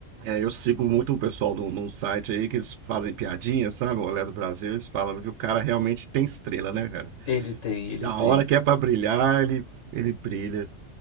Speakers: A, on the right; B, on the left.
A: É, eu sigo muito um pessoal num, num site aí que eles fazem piadinha, sabe? O Olé do Brasil, eles falam que o cara realmente tem estrela, né, cara?
B: Ele tem, ele
A: E a
B: tem.
A: hora que é pra brilhar, ele, ele brilha.